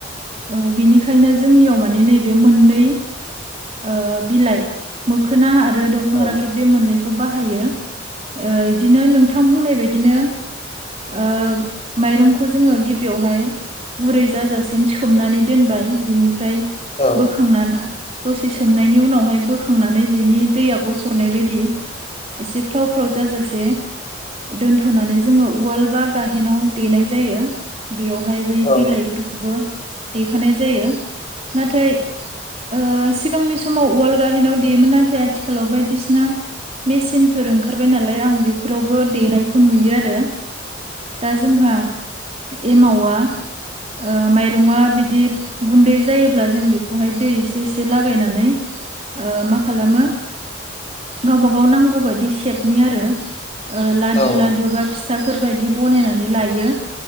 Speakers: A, on the right; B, on the left.
A: औ बेनिखायनो जोंनियाव माने नैबे मोननै ओ बिलाइ मोखोना आरो दंफां
B: औ
A: राखेब बे मोननैखौ बाहायो ओ इदिनो नों थांं बुंनाय बायदिनो ओ माइरंखौ जोङो गिबियावहाय गुरै जाजासिम सोमनानै दोनबाय बिनिफ्राय
B: औ।
A: खांनानै दसे सोमनायनि उनावहाय बोखांनानै बेनि दैया गसरनाय बायदि एसे फ्राव फ्राव जाजासे दोनथ'नानै जोङो उवाल बा गाहेनाव देनाय जायो बेयावहाय बै
B: औ
A: बिलाइफोरखौबो देफानाय जायो नाथाय ओ सिगांनि समाव उवाल गाहेेनाव देयोमोन नाथाय आथिखालाव बायदिसिना मेचिनफोर ओंखारबाय नालाय आं बेफोरावबो देनायखौ नुयो आरो दा जोंहा एमावा ओ माइरङा बिदि गुन्दै जायोब्ला जों बेखौहाय दै एसे एसे लागायनानै ओ मा खालामो गावबागाव नांगौबायदि सेपनि आरो ओ
B: औ
A: लादु
B: औ
A: लादु बा फिथाफोरबायदि बनायनानै लायो